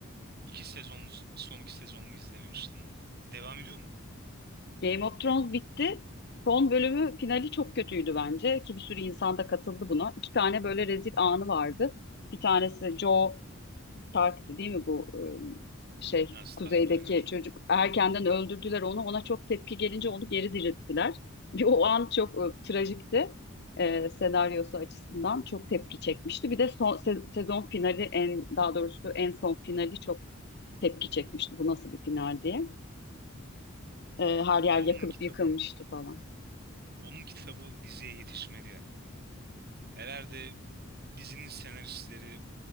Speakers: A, on the right (about 50°); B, on the left (about 50°).
A: 2 sezon, son 2 sezonunu izlememiştim onun. Devam ediyor mu?
B: Game of Thrones bitti. Son
A: Ha,
B: bölümü finali çok kötüydü bence ki bir sürü insan da katıldı buna. İki tane böyle rezil anı vardı. Bir tanesi Joe Stark'tı değil mi bu e, şey
A: ha Stark
B: kuzeydeki
A: aynen. Jon-
B: çocuk erkenden öldürdüler onu. Ona çok tepki gelince onu geri dirilttiler. <laughs> Bir o an çok e, trajikti. E, senaryosu açısından çok tepki çekmişti. Bir de son se- sezon finali en daha doğrusu en son finali çok tepki çekmişti. Bu nasıl bir final diye. E, her yer
A: Ya onun
B: yakılıp
A: kitabı,
B: yıkılmıştı falan.
A: onun kitabı diziye yetişmedi ya. Herhalde dizinin senaristleri